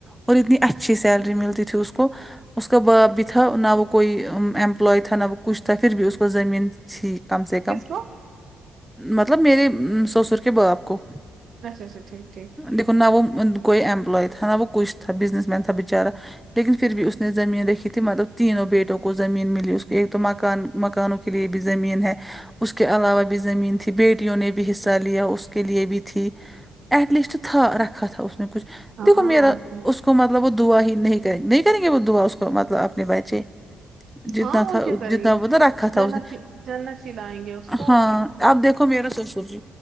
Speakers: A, in the centre; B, on the right.
A: اور اتنی اچھی سیلری ملتی تھی اس کو اس کا باپ بھی تھا نہ وہ کوئی امپلائے تھا نہ وہ کچھ تھا پھر بھی اس کو زمین جی کم سے کم
B: کس کو
A: مطلب میرے سسر کے باپ کو
B: اچھا اچھا ٹھیک ٹھیک
A: دیکو نہ وہ کوئی ایمپلائے تھا نہ وہ کھ تھا بزنس مین تھا بچارا لیکن پھر بھی اس نے زمین رکھی تھی مطلب تینوں بیٹوں کو زمین ملی اس کو ایک تو مکان مکانوں کے لیے بھی زمین ہے اس کے علاوہ بھی زمین تھی بیٹیوں نے بھی حصہ لیا اس کے لیے بھی تھی ایٹ لیسٹ تھا رکھا تھا اس نے کچھ
B: ہاں
A: دیکھو میرا
B: اور کیا
A: اس اس کو مطلب وہ دعا ہی نہیں کریں نہیں کریں گے وہ دعا اس کو مطلب اپنے بچے جدنا
B: ہاں اور
A: تھا اتنا
B: کیا کریں
A: دعوت
B: گے
A: رکھا تھا
B: جنت
A: اس نے
B: جنت سے لائیں گے اس کو
A: ہاں
B: اور کیا
A: آپ دیکھو میرا سسور جی